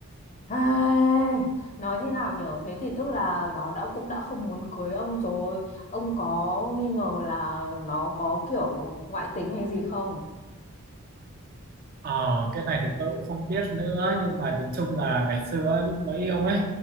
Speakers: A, on the left; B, on the right.
A: Ai, nói thế nào nhở thế thì tức là nó đã cũng đã không muốn cưới ông rồi ông có nghi ngờ là nó có kiểu ngoại tình hay gì không
B: ờ cái này thì tôi cũng không biết nữa nhưng mà nhìn chung là ngày xưa ấy, lúc mới yêu ấy